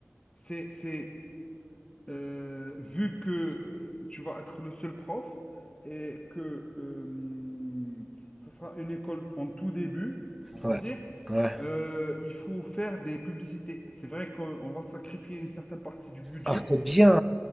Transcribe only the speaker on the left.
c'est, c'est euh, vu que euh, tu vas être le seul prof et que euh, ça sera une école en tout début, on va
dire,
euh, il faut faire des publicités. C'est vrai qu'on on va sacrifier une certaine partie du budget.